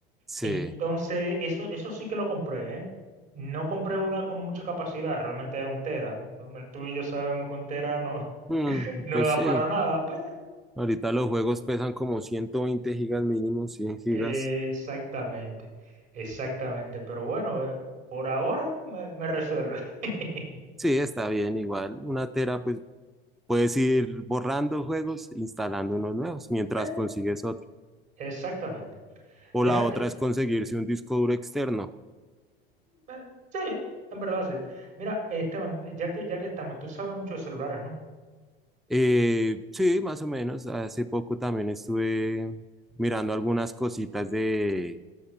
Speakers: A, in the centre; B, on the right (about 60°).
A: Sí.
B: Entonces, eso, eso sí que lo compré, ¿eh? No compré una con mucha capacidad, realmente es un tera. Tú y yo sabemos que un tera no, <laughs>
A: Mm,
B: no
A: pues
B: da
A: sí,
B: para nada, pero
A: ahorita los juegos pesan como 120 gigas mínimo, 100 gigas.
B: eh, exactamente, exactamente. Pero bueno, eh, por ahora me, me resuelve. <laughs>
A: Sí, está bien, igual. Una tera, pues puedes ir borrando juegos, instalando unos nuevos mientras
B: Eh,
A: consigues otro.
B: Exactamente.
A: O
B: Mira,
A: la otra
B: ya-
A: es conseguirse un disco duro externo.
B: eh, sí, en verdad sí. Mira, eh, Esteban, ya que, ya que estamos, tú sabes mucho de celulares, ¿no?
A: Eh, sí, más o menos. Hace poco también estuve mirando algunas cositas de...